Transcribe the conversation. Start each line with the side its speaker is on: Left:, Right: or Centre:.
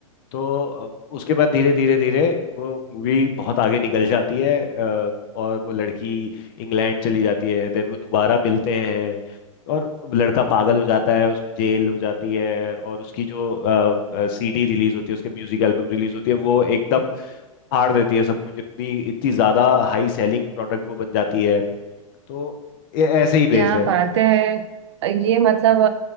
Left: तो अ, उसके बाद धीरे धीरे धीरे वो मूवी बहुत आगे निकल जाती है अ, और वो लड़की इंग्लैंड चली जाती है देन वो दोबारा मिलते हैं और लड़का पागल हो जाता है उसको जेल हो जाती है और उसकी जो सीडी रिलीज होती है उसके म्यूजिक एल्बम रिलीज होती है वो एकदम फाड़ देती है सब कुछ इतनी इतनी ज्यादा हाई सेलिंग प्रोडक्ट वो बन जाती है तो ये ऐसे ही बेस्ड
Right: क्या
Left: है
Right: बात है ये मतलब